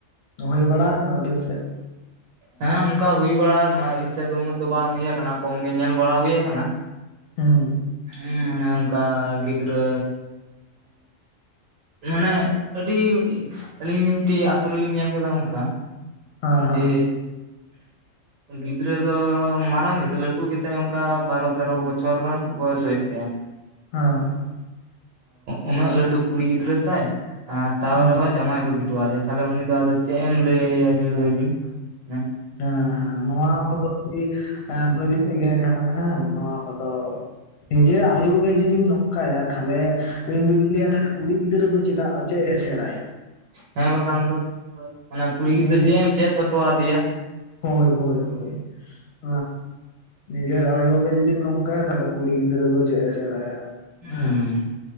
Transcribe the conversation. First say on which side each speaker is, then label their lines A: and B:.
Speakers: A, on the left (about 65°); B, on the right (about 90°).
A: ᱦᱩᱭ ᱵᱟᱲᱟ ᱟᱠᱟᱱᱟ ᱟᱹᱵᱤᱱ ᱥᱮᱫ?
B: ᱦᱮᱸ, ᱚᱱᱠᱟ ᱦᱩᱭ ᱵᱟᱲᱟ ᱟᱠᱟᱱᱟ ᱾ ᱟᱹᱞᱤᱧ ᱥᱮᱫ ᱫᱚ ᱩᱱᱟᱹᱜ ᱫᱚ ᱵᱟᱝ ᱦᱩᱭ ᱟᱠᱟᱱᱟ, ᱠᱚᱢ ᱜᱮ ᱧᱮᱞ ᱵᱟᱲᱟ ᱦᱩᱭ ᱟᱠᱟᱱᱟ ᱾
A: ᱦᱩᱸ
B: ᱦᱩᱸ ᱚᱱᱮ ᱚᱱᱠᱟ ᱜᱤᱫᱽᱨᱟᱹ ᱢᱟᱱᱮ ᱟᱹᱰᱤ ᱟᱹᱞᱤᱧ ᱢᱤᱫᱴᱮᱡ ᱟᱛᱳ ᱨᱮ ᱞᱤᱧ ᱧᱮᱞ ᱠᱮᱫᱟ ᱚᱱᱠᱟ,
A: ᱦᱮᱸ ᱦᱮᱸ
B: ᱡᱮ ᱜᱤᱫᱽᱨᱟᱹ ᱫᱚ ᱢᱟᱨᱟᱝ ᱜᱮᱛᱟᱭ, ᱞᱟᱹᱴᱩ ᱜᱮᱛᱟᱭ, ᱚᱱᱠᱟ ᱵᱟᱨᱚ ᱛᱮᱨᱚ ᱵᱚᱪᱷᱚᱨ ᱨᱮᱱ ᱵᱚᱭᱮᱥ ᱦᱩᱭᱩᱜ ᱛᱟᱭᱟ
A: ᱦᱮᱸ
B: ᱾ ᱩᱱᱟᱹᱜ ᱞᱟᱹᱴᱩ ᱠᱩᱲᱤ ᱜᱤᱫᱽᱨᱟᱹ ᱛᱟᱭ ᱛᱟᱣ
A: ᱦᱮᱸ
B: ᱨᱮᱦᱚᱸ ᱡᱟᱢᱟᱭ ᱵᱟᱹᱜᱤ ᱦᱚᱴᱚᱣᱟ ᱟᱫᱮᱭᱟ ᱛᱟᱦᱞᱮ ᱩᱱᱤ ᱫᱚ ᱟᱫᱚ ᱪᱮᱫ ᱮᱢ ᱞᱟᱹᱭ ᱟᱭᱟ ᱟᱵᱤᱱ ᱞᱟᱹᱭ ᱵᱤᱱ ᱦᱮᱸ
A: ᱦᱮᱸ ᱦᱮᱸ ᱱᱚᱣᱟ ᱠᱚᱫᱚ ᱟᱹᱰᱤ ᱵᱟᱹᱲᱤᱡ ᱜᱮ ᱠᱟᱱᱟ ᱦᱮᱸ ᱱᱚᱣᱟ ᱠᱚᱫᱚ ᱱᱤᱡᱮᱨ ᱟᱭᱩ ᱜᱮ ᱡᱩᱫᱤᱢ ᱱᱚᱝᱠᱟᱭᱟ ᱛᱟᱦᱚᱞᱮ ᱤᱧ ᱫᱩᱧ ᱞᱟᱹᱭᱟ, ᱛᱟᱦᱚᱞᱮ ᱠᱩᱲᱤ ᱜᱤᱫᱽᱨᱟᱹ ᱫᱚ ᱪᱮᱫᱟᱜ ᱪᱮᱫ ᱮ ᱥᱮᱬᱟᱭᱟ?
B: ᱦᱮᱸ ᱵᱟᱠᱷᱟᱱ ᱫᱚ, ᱠᱩᱲᱤ ᱜᱤᱫᱽᱨᱟᱹ
A: ᱱᱤᱡᱮ
B: ᱪᱮᱫ ᱮᱢ ᱪᱮᱫ ᱦᱚᱴᱚᱣᱟᱫᱮᱭᱟ?
A: ᱦᱳᱭ ᱦᱳᱭ ᱦᱳᱭ ᱾ ᱱᱤᱡᱮᱨ ᱟᱭᱳ ᱜᱮ ᱡᱩᱫᱤ ᱱᱚᱝᱠᱟᱭᱟ ᱛᱟᱦᱚᱞᱮ ᱠᱩᱲᱤ ᱜᱤᱫᱽᱨᱟᱹ ᱫᱚ ᱪᱮᱫ ᱮ ᱥᱮᱬᱟᱭᱟ ᱦᱮᱸ?
B: ᱦᱩᱸ